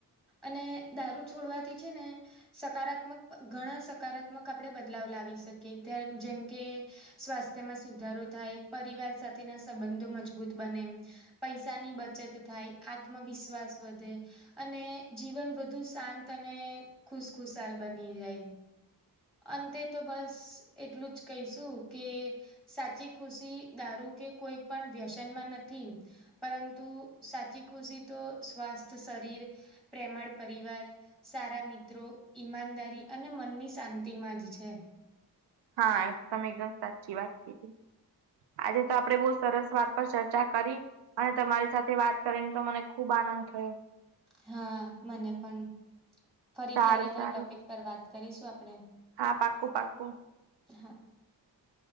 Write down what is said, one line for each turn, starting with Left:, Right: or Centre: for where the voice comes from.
Centre: અને દારૂ છોડવાથી છે ને સકારાત્મક ઘણા સકારાત્મક આપણે બદલાવ લાવી શકીએ <unintelligible> જેમ કે સ્વાસ્થ્યમાં સુધારો થાય પરિવાર સાથેના સંબંધો મજબૂત બને પૈસાની બચત થાય આત્મવિશ્વાસ વધે અને જીવન વધુ શાંત અને ખુશખુશાલ બની રહે અંતે તો બસ એટલું જ કહીશું કે સાચી ખુશી દારૂ કે કોઈ પણ વ્યસનમાં નથી પરંતુ સાચી ખુશી તો સ્વાસ્થ શરીર પ્રેમાળ પરિવાર સારા મિત્રો ઈમાનદારી અને મનની શાંતિ માં જ છે.
Right: હા એક તમે એકદમ સાચી વાત કીધી આજે તો આપડે બહુ સરસ વાત પર ચર્ચા કરી અને તમારી સાથે વાત કરીને તો મને ખુબ આનંદ થયો
Centre: હા મને પણ ફરી
Right: સારું
Centre: ક્યારેક
Right: સારું
Centre: આ ટોપિક પર વાત કરીશું આપણેે
Right: હા પાકું પાકું
Centre: <inaudible>